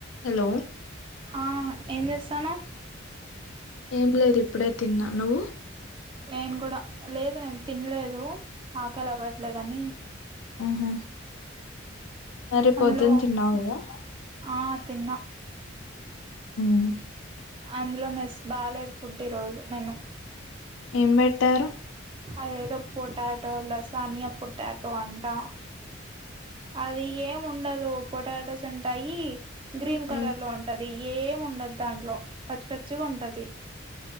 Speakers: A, on the left; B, on the right.
A: Hello
B: ఆ ఏం చేస్తాఉన్నావ్
A: ఏం లేదు ఇప్పుడే తిన్నా నువ్వు
B: నేను కూడా లేదు నేను తినలేదు ఆకలి అవ్వట్లేదని
A: ఆహా మరి పొద్దున్న
B: అందులో
A: తిన్నావు కదా
B: ఆ తిన్నా
A: మ్
B: అందులో మెస్ బాగాలేదు ఫుడ్ ఈరోజు మెను
A: ఏం పెట్టారు
B: అద ఏదో పొటాటో లసాణయ పొటాటో అంటా అది ఏ ఉండదు పొటాటొస్ ఉంటాయి గ్రీన్ కలర్లో
A: ఉమ్
B: ఉంటది ఏం ఉండదు దాంట్లొ పచ్చి పచ్చిగుంటది